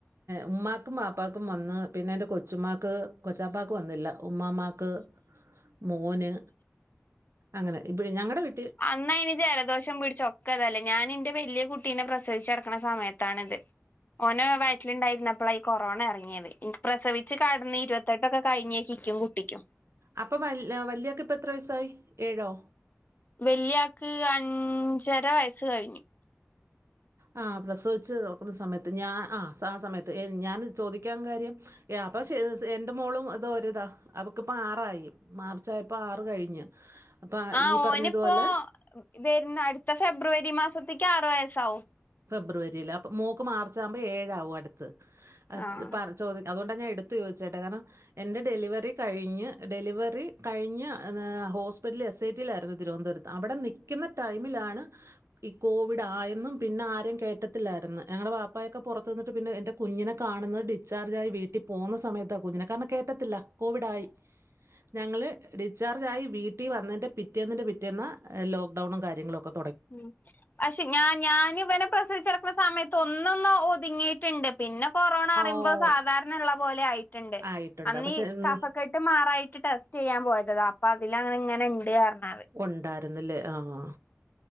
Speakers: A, on the right; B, on the left.
A: ഉമ്മാക്കും വാപ്പക്കും വന്ന് പിന്നെ എന്റെ കൊച്ചുമ്മാക്ക് കൊച്ചാപ്പാക്ക് വന്നില്ല ഉമ്മാ മ്മാ ക്ക് മോന് അങ്ങനെ ഇപ്പഴേ ഞങ്ങടെ വീ
B: അന്നയ്ന് ജലദോഷം പിടിച്ചാ ഒ ക്കതല്ലേ ഞാന് ഇന്റെ വല്ല്യ കുട്ടീനെ പ്രസവിച്ചട്ക്ക്ണ സമയത്താണ്ത് ഓന് വയറ്റിലുണ്ടായിര് ന്ന പ്പളാ ഈ കൊറോണ ഇറങ്ങിയത് ഇൻക്ക് പ്രസവിച്ചു കെട്ന്ന് ഇരുപത്തെട്ടൊക്കെ കഴിഞ്ഞ് ഇ ക്കും കുട്ടിക്കും.
A: അപ്പം വൽ വല്യാക്ക് ഇപ്പം എത്ര വയസ്സായി ഏഴോ
B: വല്യാക്ക് അഞ്ചര വയസ്സ് കഴിഞ്ഞു
A: ആ പ്രസവിച്ച് നോക്കുന്ന സമയത്ത് ഞാൻ ആ സ ആ സമയത്ത് ഞാനത് ചോദിക്കാൻ കാര്യം ഏ അപ്പൊ ശരി എന്റെ മോളും ഇത് ഒര്താ അവക്ക് പ്പോ ആറായി മാർച്ച് ആയപ്പോ ആറ് കഴിഞ്ഞ് അപ്പ
B: ആ
A: ഈ പറഞ്ഞതുപോലെ
B: ഓനിപ്പോ വരുന്ന അടുത്ത ഫെബ്രുവരി മാസത്തേക്ക് ആറു വയസ്സാവും.
A: ഫെബ്രുവരിയില് അപ്പം മോൾക്ക് മാർച്ച് ആകുമ്പം ഏഴാകും അടുത്ത്
B: ആഹ്
A: പർ ചോദ് അതുകൊണ്ടാ ഞാ എടുത്ത് ചോദിച്ചേട്ടെ കാരണം എന്റെ ഡെലിവറി കഴിഞ്ഞ് ഡെലിവറി കഴിഞ് ഹോസ്പിറ്റൽ എസ് ഐ ടി യിലായിരുന്നു തിരുവനന്തപുരത്ത് അവിടെ നി ക്കുന്ന ടൈമിലാണ് ഈ കോവിഡ് ആയെന്നും പിന്നെ ആരേ കയറ്റത്തില്ലായിരുന്നു ഞങ്ങളുടെ വാപ്പായൊക്കെ പുറത്ത് നിന്നിട്ട് പിന്നെ എൻ്റെ കുഞ്ഞിനെ കാണുന്നത് ഡിസ്ചാർജ് ആയി വീട്ടിൽ പോന്ന സമയത്താ കുഞ്ഞിനെ കാരണം കേറ്റത്തില്ല കോവിഡായി ഞങ്ങള് ഡിസ്ചാർജയി വീട്ടി വന്നെന്റെ പിറ്റേന്നിന്റെ പിറ്റേന്ന് ലോക്ക്ഡൗണും കാര്യങ്ങളും ക്കെ
B: മ് പക്ഷെ ഞാൻ ഞാന് ഇവനെ പ്രസവിച്ചട്ക്ക്ണസമയത്ത് ഒന്നന്ന് ഒതുങ്ങി ട്ട്ണ്ട് പിന്നെ കൊറോണ അറിയുമ്പോ
A: ആ ഓ
B: സാധാരണ ഉള്ള പോലെ ആയിട്ടുണ്ട്
A: ആയിട്ടുണ്ട്.
B: അന്ന്
A: പക്ഷെ
B: ഈ
A: ഉം
B: കഫക്കെട്ട് മാറായിട്ട് ടെസ്റ്റ് ചെയ്യാൻ പോയത താ അപ്പൊ അതില് അങ്ങനെ ഇങ്ങനെ ഇണ്ട് അറിഞ്ഞത്
A: ഉണ്ടായിരുന്നില്ലേ ആഹ്